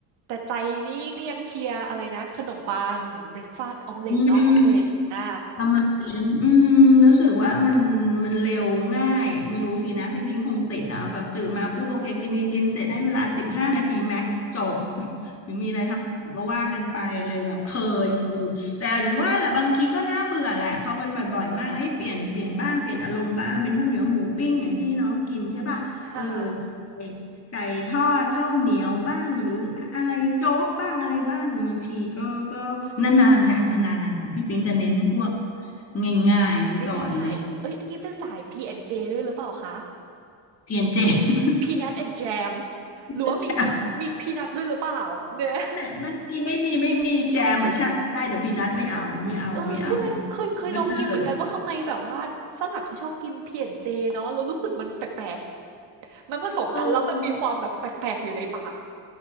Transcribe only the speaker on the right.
แต่ใจนี่ก็ยังเชียร์อะไรนะขนมปังเบรกฟาสต์ออมเล็ตเนาะออมเล็ตอ่า
ค่ะ
ง่ายๆเอ้ยอันนี้เป็นสาย P&J ดเจด้วยหรือเปล่าคะ
Peanut and Jam หรือว่ามีมีมีพีนัทด้วยหรือเปล่าเนี่ย
เออใช่ไหมเคยเคยลองกินเหมือนกันว่าทำไมแบบว่าฝรั่งเขาชอบกิน
P&J เจเนาะแล้วรู้สึกมันแปลกๆมันผสมกันแล้วมันมีความแบบแปลกๆอยู่ในปาก